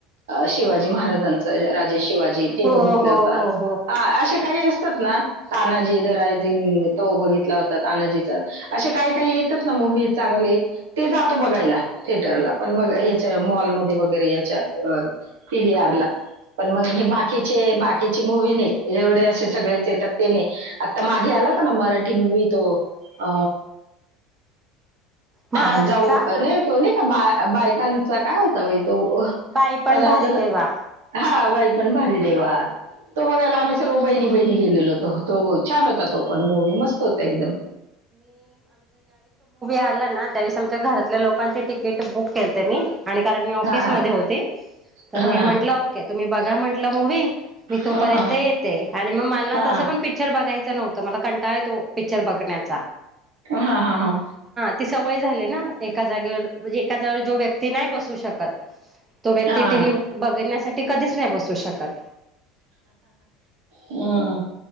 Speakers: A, on the right; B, on the right.
A: शिवाजी महाराजांच राजे शिवाजी ते
B: हो
A: बघितलं
B: हो
A: होता
B: हो हो
A: हा असे काही अस, तानाजी रायिंग तो बघितला होता तानाजीच असे काही काही येतच ना- मवी चांगले ते जातो बघायला थिएटरला पण म याच्या मॉलमध्ये वगैरे याच्या. पिवीर ला पण मग हे बाकीचे बाकीचे मूवी् नाही एवढे असे सगळ्याचे तर ते नाही आता मागे! ला ना मराठी मूवी त अ,
B: महाराजांचा
A: ह जाऊ नाही तो नाही का बा बायकांचा काय होता. त
B: बाई
A: पण आता
B: भारी देवा
A: बाई पण, पण भारी देवा तो बघायला आम्ही सर्व बहिणी बहिणी गेलेलोतो. तो छान होता तो पण मूवी मस्त होता एकदम.
B: त्यावे आच्या घरातल्या लोकांची तिकीट बुक करते मी आणि कारण मी ऑफिस
A: हा हा
B: म होते. तर
A: हा
B: मी म्हटलं ओके तुम्ही बघा म्हटलं मूवी् मी तोपर्यंत
A: हा
B: येते आणि मग मला
A: हा
B: ना तस बघ, पिक्चर बघाचं नव्हत मला कंटाळा आहे तो पिक्चर बघण्यात.
A: हा हा हा.
B: ति सवय झालेय ना? एका जागेवर म्हणजे एका जागेवर जो व्यक्ती नाही बसू शकत तो व्यक्ती
A: हा
B: टी व्ही बघण्यासाठी. ते कधीच नाही बसू शकत
A: हम्,